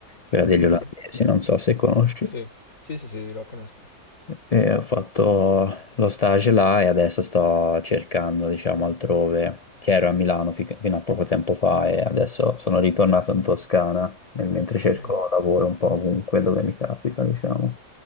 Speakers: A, on the left (about 75°); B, on the left (about 60°).
A: quella degli
B: Mhm.
A: olandesi, non so se conosci.
B: Sì, sì, sì, sì, la conosco.
A: E ho fatto lo stage là e adesso sto cercando, diciamo, altrove, che ero a Milano fi- fino a poco tempo fa e adesso sono ritornato in Toscana, nel mentre cerco
B: Mm.
A: lavoro un po' ovunque dove mi capita, diciamo.